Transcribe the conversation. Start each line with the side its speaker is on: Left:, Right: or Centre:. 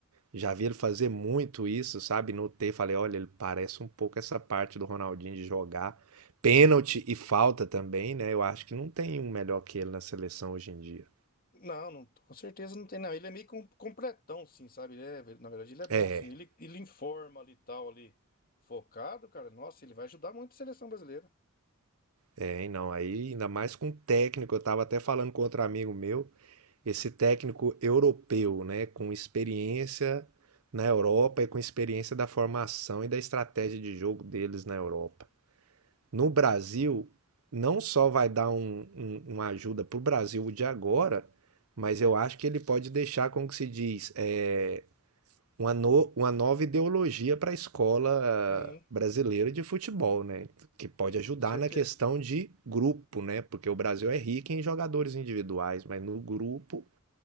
Right: Já vi ele fazer muito isso, sabe? Notei, falei, olha, ele parece um pouco essa parte do Ronaldinho de jogar. Pênalti e falta também, né? Eu acho que não tem um melhor que ele na seleção hoje em dia.
Left: Não, não, com certeza não tem, não. Ele é meio com- completão, sim, sabe? Ele é- na verdade, ele é bom,
Right: É,
Left: sim. Ele, ele informa ali e tal, ali, focado, cara. Nossa, ele vai ajudar muito a seleção brasileira.
Right: é, hein, não. Aí, ainda mais com técnico, eu tava até falando com outro amigo meu. esse técnico europeu, né, com experiência na Europa e com experiência da formação e da estratégia de jogo deles na Europa. No Brasil, não só vai dar um- um- uma ajuda para o Brasil de agora, mas eu acho que ele pode deixar, como que se diz, é, uma, no- uma nova ideologia para a escola
Left: Sim,
Right: brasileira de futebol, né? Que pode
Left: sim,
Right: ajudar
Left: com certeza.
Right: na questão de grupo, né? Porque o Brasil é rico em jogadores individuais, mas no grupo